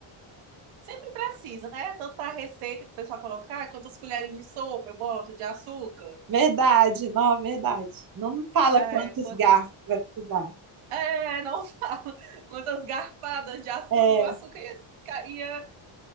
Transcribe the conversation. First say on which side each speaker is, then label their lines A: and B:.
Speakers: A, on the right; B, on the right.
A: sempre precisa, né? Tanto para a receita que o pessoal colocar, ah, quantas colheres de sopa eu boto, de açúcar,
B: Verdade, não, verdade. Não fala
A: é,
B: quantos
A: quantas.
B: garfos vai precisar.
A: É, não <laughs> falo, quantas garfadas de açúcar,
B: É,
A: o açúcar ia, ca- ia